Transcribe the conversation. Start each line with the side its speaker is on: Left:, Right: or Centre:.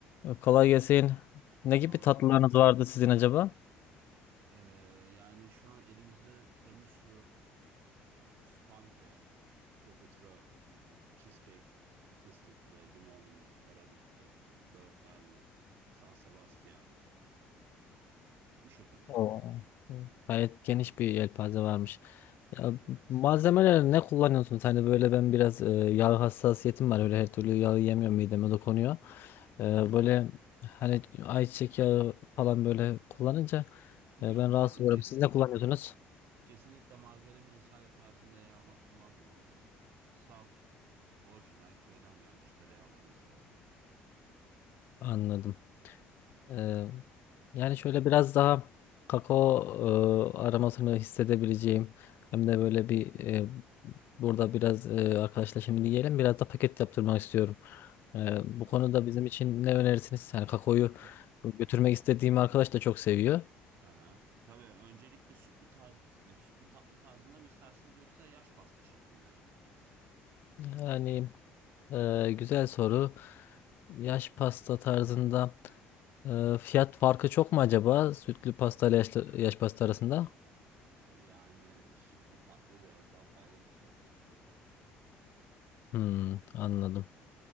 Left: Ee, Kolay gelsin. Ne
Right: Sağ
Left: gibi tatlılarınız
Right: ol sana.
Left: vardı sizin acaba?
Right: Ee, yani şu an elimizde tiramisu, spangle, profiterol, cheesecake, fıstıklı, limonlu, karadutlu, böğürtlenli, San Sebastian. Bu şekilde
Left: Oo.
Right: efendim.
Left: Gayet geniş bir yelpaze varmış. Ya
Right: Evet.
Left: malzemeler ne kullanıyorsunuz? Hani böyle ben biraz e, yağ hassasiyetim var. Öyle her türlü yağı yemiyorum mideme dokunuyor. Ee,
Right: Hı
Left: böyle
Right: hı.
Left: hani ayçiçek yağı falan böyle kullanınca e,
Right: Yo,
Left: ben rahatsız
Right: mar
Left: oluyorum.
Right: kesi-
Left: Siz ne kullanıyorsunuz?
Right: kesinlikle margarin vesaire tarzında yağlar kullanmıyoruz. Saf, orijinal köyden gelmiş tereyağlarımız var efendim.
Left: Anladım. Ee,
Right: Ha, bu şekilde.
Left: yani şöyle biraz daha kakao e, aromasını hissedebileceğim hem de böyle bir e, burada biraz e, arkadaşla şimdi yiyelim biraz da paket yaptırmak istiyorum. Ee, bu
Right: Tabii,
Left: konuda bizim için ne önerirsiniz? Yani kakaoyu
Right: ta-
Left: götürmek istediğim arkadaş da çok seviyor.
Right: Hı hı. Tabii öncelikle sütlü tarz, e, sütlü tatlı tarzında mı istersiniz yoksa yaş pasta şeklinde mi?
Left: Yani e, güzel soru. Yaş pasta tarzında e, fiyat farkı çok mu acaba? Sütlü pasta ile yaşlı, yaş pasta arasında?
Right: Yani sütlü tatlı biraz daha pahalıdır tabii ki de.
Left: Hmm, anladım.